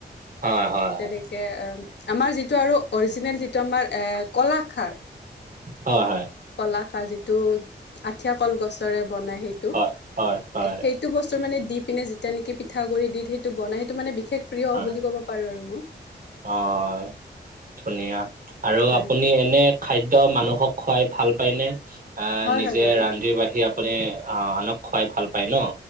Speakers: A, on the right; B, on the left.
A: হয় হয় হয়।
B: তেনেকে আমাৰ যিটো আৰু অৰিজিনেল যিটো আমাৰ এ কলাখাৰ
A: হয় হয়।
B: কলাখাৰ যিটো আঠিয়া কল গছৰে বনাই সেইটো,
A: হয় হয় হয় হয়
B: সেই টো বস্তু মানে দি পিনে যেতিয়া নেকি পিঠাগুড়ি দি সেইটো বনাই সেইটো মানে বিশেষ প্ৰিয়
A: হয়
B: বুলি ক'ব পাৰো আৰু ন'?
A: অ' ধুনীয়া, আৰু
B: হয়
A: আপুনি এনে খাদ্য মানুহক খুৱাই ভাল পায় নে? আহ
B: হয়
A: নিজে
B: হয় বাৰু
A: ৰান্ধি-বাঢ়ি মানে আনক খুৱাই ভাল পায় ন?